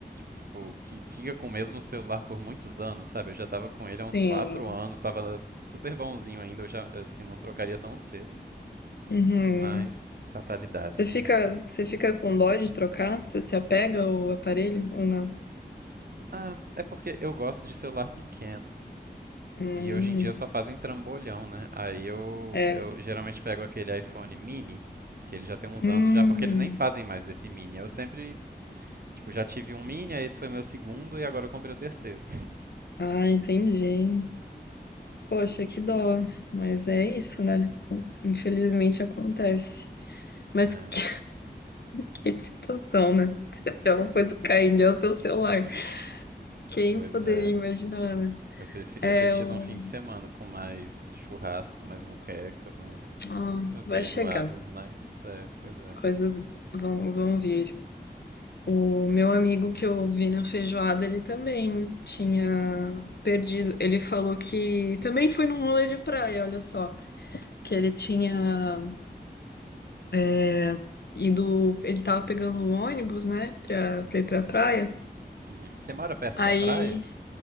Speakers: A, on the right; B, on the left.
A: tipo, que fica com o mesmo celular por muitos anos, sabe? Eu já tava com ele há uns
B: sim.
A: quatro anos, tava super bonzinho ainda, eu já, assim, não trocaria tão cedo.
B: Uhum.
A: Mas, fatalidades,
B: Você fica,
A: né?
B: você fica com dó de trocar? Você se apega ao aparelho ou não?
A: Ah, é porque eu gosto de celular pequeno.
B: Hum,
A: E hoje em dia só fazem trambolhão, né? Aí eu,
B: é.
A: eu geralmente pego aquele iPhone mini, que ele já tem uns
B: Hum.
A: anos já, porque eles nem fazem mais desse mini. Eu sempre, tipo, já tive um mini, aí esse foi meu segundo e agora eu comprei o terceiro.
B: Ah, entendi. Poxa, que dó. Mas é isso, né? Infelizmente acontece. Mas
A: É.
B: <laughs> que, que situação, né? Se até uma coisa caindo é o seu celular.
A: <laughs>
B: Quem
A: Pois
B: poderia
A: é.
B: imaginar, né?
A: Eu preferia
B: É
A: ter tido
B: o.
A: um fim de semana com mais churrasco, mais muqueca, mais
B: Ah, vai
A: feijoadas,
B: chegar.
A: mas é, pois é.
B: Coisas vão, vão vir. O meu amigo que eu vi na feijoada, ele também tinha perdido. Ele falou que também foi num rolê de praia, olha só, que ele tinha é, ido, ele tava pegando um ônibus, né, pra, pra ir pra praia.
A: Uhum. Você mora perto
B: Aí
A: da praia?